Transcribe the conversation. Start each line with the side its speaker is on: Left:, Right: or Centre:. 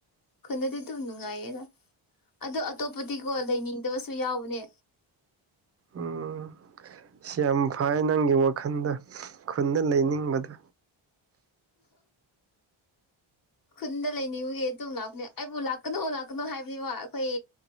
Left: ꯈꯨꯟꯗꯗꯤ ꯑꯗꯨꯝ ꯅꯨꯡꯉꯥꯏꯌꯦꯗ ꯑꯗꯣ ꯑꯇꯣꯞꯄꯗꯤꯀꯣ ꯂꯩꯅꯤꯡꯗꯕꯁꯨ ꯌꯥꯎꯕꯅꯦ
Right: ꯎꯝ ꯁꯤ ꯌꯥꯝ ꯐꯩ ꯅꯪꯒꯤ ꯋꯥꯈꯜꯗꯣ ꯈꯨꯟꯗ ꯂꯩꯅꯤꯡꯕꯗꯣ
Left: ꯈꯨꯟꯗ ꯂꯩꯅꯤꯡꯕꯒꯤ ꯑꯗꯨꯝ ꯂꯥꯛꯄꯅꯦ ꯑꯩꯕꯨ ꯂꯥꯛ ꯂꯥꯛꯀꯅꯣ ꯂꯥꯛꯀꯅꯣ ꯍꯥꯏꯕꯅꯦꯕ ꯑꯩꯈꯣꯏ